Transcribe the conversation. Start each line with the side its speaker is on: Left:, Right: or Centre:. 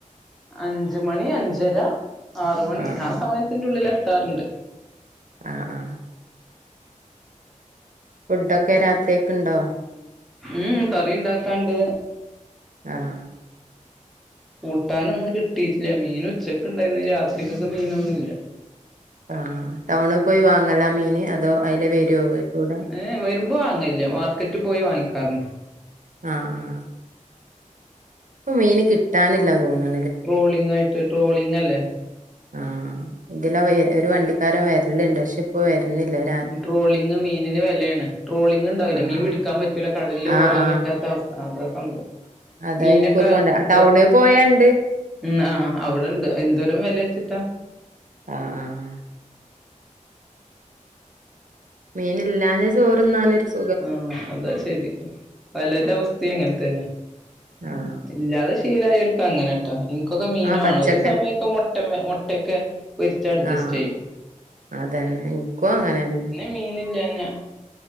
Centre: അഞ്ച് മണി, അഞ്ചര, ആറ് മണി
Right: ആഹ
Centre: ആ സമയത്തിന്റുള്ളിൽ എത്താറുണ്ട്.
Right: ആഹ് ആഹ് ആഹ് ഫുഡോക്കെ രാത്രിയേക്കുണ്ടോ?
Centre: മ് മ് കറി ണ്ടാക്കാൻണ്ട്
Right: ആഹ്
Centre: കൂട്ടാനൊന്നും കിട്ടീട്ടില്ല. മീന് ഉച്ചെക്ക് ണ്ടേയിര്ന്ന് രാത്രിക്കെക്ക് മീനൊന്നും ഇല്ല.
Right: ആഹ് ആഹ് ടൗണിൽ പോയി വാങ്ങലാ മീന്? അതോ അതിലേ വെരോ വീട്ടിലൂടെ?
Centre: ഏഹ് വെരുമ്പം വാങ്ങലില്ല. മാർക്കറ്റിൽ പോയി വാങ്ങിക്കാറെന്നെ
Right: ആഹ് ആഹ് ആഹ് ഇപ്പൊ മീന് കിട്ടാനില്ല തോന്ന്ണ്
Centre: ട്രോളിംങ്‌ ആയിട്ട് ട്രോളിങ് അല്ലേ
Right: ആഹ ഇതിലെ ഒരു വണ്ടിക്കാരൻ വരല്ണ്ട് പക്ഷെ ഇപ്പം വര്ന്ന്ല്ല
Centre: ട്രോളിങ്‌ മീനിന് വിലയാണ് ട്രോളിങ്‌ ഉണ്ടാവൂലെ
Right: ആഹ
Centre: മീൻ പിടിക്കാൻ പറ്റൂല കടലിൽ
Right: ആഹ്
Centre: പോകാൻ
Right: ആഹ്
Centre: പറ്റ പറ്റാത്ത അവസ്ഥ അതാ സംഭവം
Right: അതായിരിക്കും
Centre: മീനൊക്കെ
Right: ഓല് കൊണ്ട
Centre: ഇത്
Right: ടൗണിൽ പോയണ്ട്
Centre: ഉം ആഹ് അവിടെണ്ട് എന്തോരം വിലച്ചിട്ടാ
Right: ആഹ ആ ആ മീനില്ലാഞ്ഞാ ചോറ് തിന്നാനൊരു സു
Centre: ആഹ അതാ ശരി പലരവസ്ഥയും അങ്ങനെ തന്നെ
Right: ആഹ്
Centre: ഇല്ലാതെ ശീലായോൽക്ക് അങ്ങനെ ട്ടൊ ഇൻക്കൊക്കെ മീന്
Right: ആഹ്
Centre: വേണം
Right: പച്ചക്കറി
Centre: ഒരു സമയൊക്കെ മുട്ട മുട്ടയൊക്കെ പൊരിച്ച് അഡ്ജസ്റ്റ്
Right: ആഹ്
Centre: ചെയ്യും
Right: അതന്നെ എനിക്കും അങ്ങനെന്നെ
Centre: മീനില്ലാഞ്ഞാ